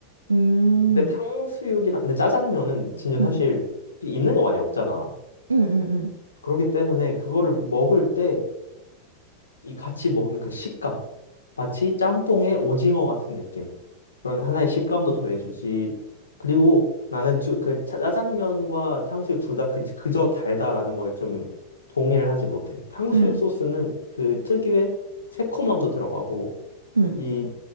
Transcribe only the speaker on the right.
음,
응, 응,
응, 응,
응,
응, 응,